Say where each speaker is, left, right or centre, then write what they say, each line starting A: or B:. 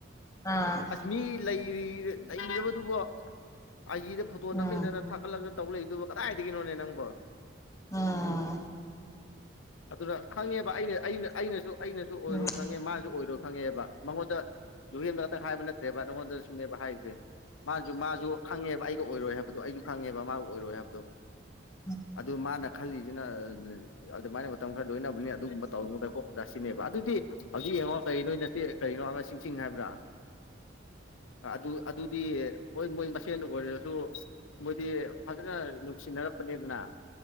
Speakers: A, on the left; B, on the left.
A: ꯑꯥ
B: ꯑꯁ ꯃꯤ ꯂꯩꯔꯤ ꯂꯩꯅꯦꯕꯗꯨꯕꯣ ꯑꯥꯏꯖꯤꯗ ꯐꯣꯇꯣ
A: ꯎꯝ
B: ꯅꯝꯃꯤꯟꯅꯅ ꯊꯥꯒꯠꯂꯒ ꯇꯧꯂꯛꯏꯗꯨꯕ ꯀꯗꯥꯏꯗꯒꯤꯅꯣꯅꯦ ꯅꯪꯕꯣ
A: ꯑꯥ
B: ꯑꯗꯨꯅ ꯈꯪꯉꯦꯕ ꯑꯩꯅ ꯑꯩꯅ ꯑꯩꯅꯁꯨ ꯑꯩꯅꯁꯨ ꯑꯣꯏꯔꯣꯏ
A: ꯎꯝ
B: ꯈꯪꯉꯦ ꯃꯥꯁꯨ ꯑꯣꯏꯔꯣꯏ ꯈꯪꯉꯦꯕ ꯃꯉꯣꯟꯗ ꯂꯍꯦꯟꯗ ꯍꯥꯏꯕ ꯅꯠꯇ꯭ꯔꯦ ꯅꯪꯉꯣꯟ ꯅꯦꯕ ꯍꯥꯏꯁꯦ ꯃꯥꯁꯨ ꯃꯥꯁꯨ ꯈꯪꯉꯦꯕ ꯑꯩ ꯑꯣꯏꯔꯣꯏ ꯍꯥꯏꯕꯗꯣ ꯑꯩꯁꯨ ꯈꯪꯉꯦꯕ ꯃꯥꯕꯨ ꯑꯣꯏꯔꯣꯏ ꯍꯥꯏꯕꯗꯣ
A: <inaudible>
B: ꯑꯗꯨ ꯃꯥꯅ ꯈꯜꯂꯤꯁꯤꯅ ꯑꯗꯨ ꯃꯥꯥꯏꯅ ꯃꯇꯝ ꯈꯔ ꯂꯣꯏꯅꯕꯅꯤ ꯑꯗꯨꯒꯨꯝꯕ ꯇꯧꯔꯝꯗ ꯈꯣꯠ꯭ꯔꯥ ꯁꯤꯅꯦꯕ ꯑꯗꯨꯗꯤ ꯍꯧꯖꯤꯛ ꯌꯦꯡꯉꯣ ꯀꯩꯅꯣ ꯅꯠꯇꯦ ꯀꯔꯤꯅꯣ ꯑꯃ ꯆꯤꯡ ꯍꯥꯏꯕ꯭ꯔꯥ ꯑꯗꯨ ꯑꯗꯨꯗꯤ ꯍꯣꯏ ꯃꯣꯏ ꯃꯁꯦꯟ ꯑꯣꯏꯔꯔꯁꯨ ꯃꯣꯏꯗꯤ ꯐꯖꯅ ꯅꯨꯡꯁꯤꯅꯔꯛꯄꯅꯦꯗꯅ